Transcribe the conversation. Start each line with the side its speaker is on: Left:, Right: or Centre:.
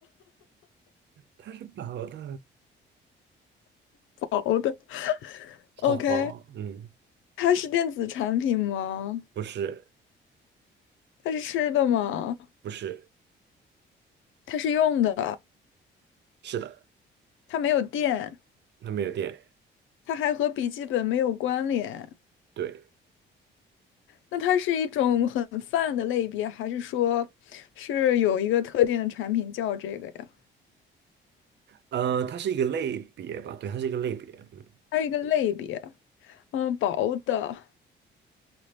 Right: 它是薄的，
Left: 薄的。
Right: 好薄，
Left: OK，
Right: 嗯。
Left: 它是电子产品吗？
Right: 不是，
Left: 它是吃的吗？
Right: 不是，
Left: 它是用的，
Right: 是的，
Left: 它没有电，
Right: 它没有电。
Left: 它还和笔记本没有关联。
Right: 对，
Left: 那它是一种很泛的类别，还是说是有一个特定的产品叫这个呀？
Right: 呃，它是一个类别吧？对，它是一个类别。嗯，
Left: 还有一个类别，嗯，薄的，